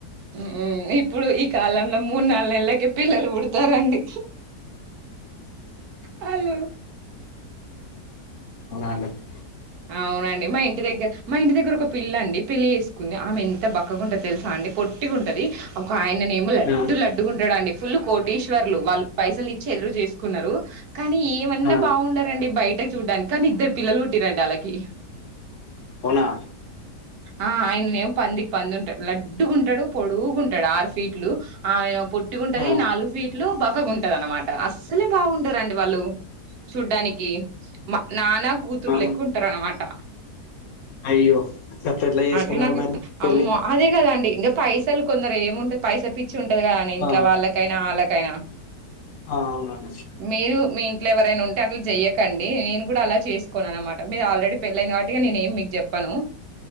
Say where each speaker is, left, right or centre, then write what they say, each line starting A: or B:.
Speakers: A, on the right; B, on the left.
A: మ్మ్ ఇప్పుడు ఈ కాలంలో మూడు నాలుగు నెలలకె పిలలు పుడు చెస్తారండి హలో
B: మా నాన్న కి
A: అవునండి మా ఇంటి దగ్గర మా ఇంటి దగ్గర ఒక పిల్ల అండి పెళ్లి చేసుకుంది ఆమె ఎంత బక్కగా ఉంటంది తెలుసా అండి పొట్టి గుంటది ఇంక ఆయననేమో లడ్డు
B: ఆ
A: లడ్డుగ వుంటడండి ఫుల్ కోటీశ్వర్ వాళ్ళు పైసలు ఇచ్చి ఎదురు చేసుకున్నారు కానీ ఏమన్నా
B: ఆ
A: బాగుండారండి బయట చూడడానికి కానీ ఇద్దరు పిల్లలు పుట్టిరంట వాళ్ళకి కి
B: అవునా
A: ఆ ఆయనేం పంది పంది ఉంటాడు లడ్డుగా ఉంటాడు పొడుగుంటాడు ఆరు ఫీట్లు ఆయన పొట్టి ఉంటది
B: ఆ
A: నాలుగు ఫీట్లు బక్కగా ఉంటది అన్నమాట అస్సలు బాగుండారండి వాళ్ళు చూడ్డానికి మ నానా కూతురులు
B: ఆ
A: ఎక్కుఉంటారన్నమాట
B: అయ్యో గట్ల ఎట్లా చేసుకున్నారు
A: అ నాకు
B: మరి పెళ్ళి
A: అమ్మో అదే కదండి ఇంగ పైసలు కొందరు ఏముంటది పైసా పి వచ్చి ఉంటది కదండి ఇంట్లో
B: ఆ
A: వాళ్ళకైనా ఆళ్ళకైనా
B: ఆ అవునండి
A: మీరు మీ ఇంట్లో ఎవరైనా ఉంటే అట్లా చెయ్యకండి నేను కూడా అలా చేసుకోననమాట మీరు ఆల్రెడీ పెళయింది కాబట్టి నేనేం మీకు చెప్పను.